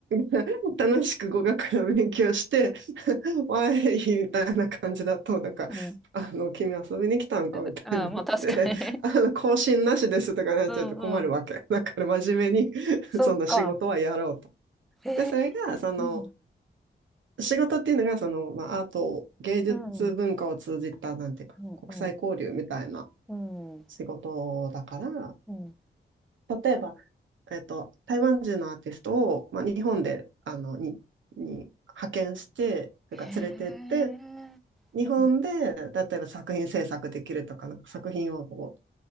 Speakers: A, on the right (about 80°); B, in the centre.
A: <laughs> 楽しく語学の勉強して、<laughs> わーい、みたいな感じだと、なんか、
B: うん。
A: あの、君遊びに来たんかみたいになって、
B: あだああ、まあ確かに。
A: <laughs> あの、更新なしですとかなっちゃうと困るわけ。
B: うんうん。
A: <laughs> だから真面目に、<laughs>
B: そっか。
A: その仕事はやろうと。
B: ええ。
A: で、それが、その、
B: うん。
A: 仕事っていうのが、その、まあ、アート、芸術文化を通じた、
B: うん。う
A: なんていうか、
B: んうん。
A: 国際交流みたいな、
B: うん。
A: 仕事だから、
B: うん。
A: 例えば、えっと、台湾人のアーティストを、まあ、日本で、あの、に、に派遣して、というか連れてって、
B: へえ。
A: 日本で、
B: うん。
A: 例えば作品制作できるとか、なんか作品をこう